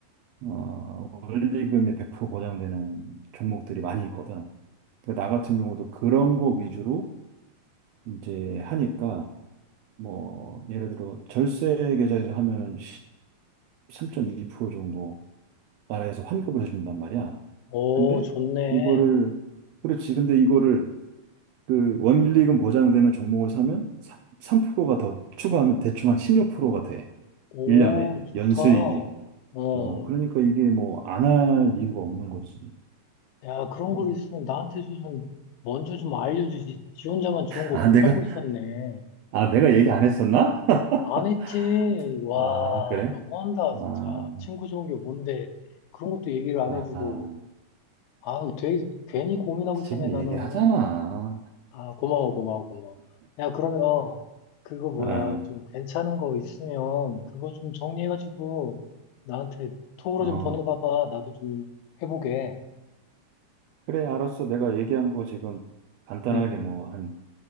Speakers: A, on the right; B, on the left.
A: 어, 원리금이 100% 보장되는 종목들이 많이 있거든. 그러니까 나 같은 경우도 그런 거 위주로 이제 하니까 뭐 예를 들어 절세 계좌에서 하면 13.2% 정도 나라에서 환급을 해준단 말이야.
B: 오,
A: 근데
B: 좋네.
A: 이거를 그렇지. 근데 이거를 그 원리금 보장되는 종목을 사면 3%가 더 추가하면 대충 한 16%가 돼.
B: 오,
A: 1년에
B: 좋다.
A: 연수익이.
B: 어,
A: 어, 그러니까 이게 뭐 안할 이유가 없는 거지.
B: 야, 그런
A: 뭐.
B: 걸 있으면 나한테 좀 먼저 좀 알려주지. 지 혼자만 좋은 거
A: 아,
B: 꿀
A: 내가
B: 빨고 있었네.
A: 아, 내가 얘기 안 했었나? <laughs>
B: 안 했지. 와,
A: 아, 그래?
B: 너무한다, 진짜.
A: 아,
B: 친구 좋은 게 뭔데. 그런 것도 얘기를 안
A: 아,
B: 해주고.
A: 아.
B: 아, 되게 괜히 고민하고
A: 지금
B: 있었네, 나는.
A: 얘기하잖아.
B: 아, 고마워, 고마워, 고마워. 야, 그러면 그거 뭐야,
A: 어,
B: 좀 괜찮은 거 있으면 그거 좀 정리해가지고 나한테 톡으로
A: 어.
B: 좀 보내봐봐. 나도 좀 해보게.
A: 그래, 알았어. 내가 얘기한 거 지금 간단하게
B: 음, 음.
A: 뭐 한